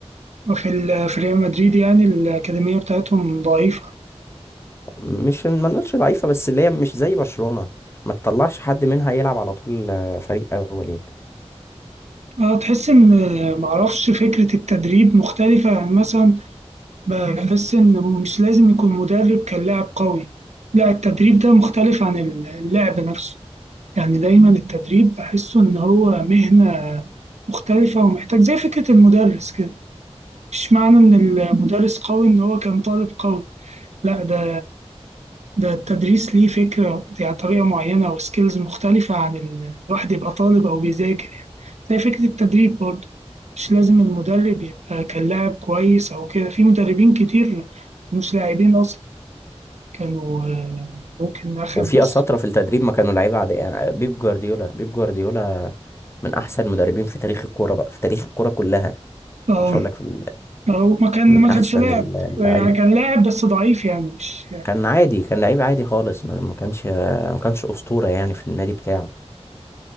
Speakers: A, on the right (about 80°); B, on the left (about 25°).
A: وفي ال- في ريال مدريد يعني الأكاديمية بتاعتهم ضعيفة
B: مش ما نقولش ضعيفه بس اللي هي مش زي برشلونه ما تطلعش حد منها يلعب على طول آه، فريق اول يعني
A: اه تحس ان آه، معرفش فكرة التدريب مختلفة يعني مثلا ب- بحس ان مش لازم يكون مدرب كان لاعب قوي لا التدريب ده مختلف عن اللعب نفسه يعني دايما التدريب بحسه ان هو مهنة مختلفة ومحتاج زي فكرة المدرس كده مش معنى ان المدرس قوي ان هو كان طالب قوي لا ده ده التدريس ليه فكرة يعني طريقة معينة أو سكيلز مختلفة عن ال- الواحد يبقى طالب أو بيذاكر يعني زي فكرة التدريب برضه مش لازم المدرب يبقى كان لاعب كويس أو كده في مدربين كتير مش لاعبين أصلا كانوا آه، ممكن أخد
B: وفي
A: بس
B: اساطره في التدريب ما كانوا لعيبه عاديه يعني بيب جوارديولا بيب جوارديولا من احسن المدربين في تاريخ الكوره بقى في تاريخ الكوره كلها
A: اه
B: مش هقول لك في ال...
A: أو ما كان
B: من
A: ما كانش
B: احسن
A: لاعب
B: اللعيبه
A: يعني كان لاعب بس ضعيف يعني مش
B: كان عادي كان لعيب عادي خالص ما ما كانش ما كانش اسطوره يعني في النادي بتاعه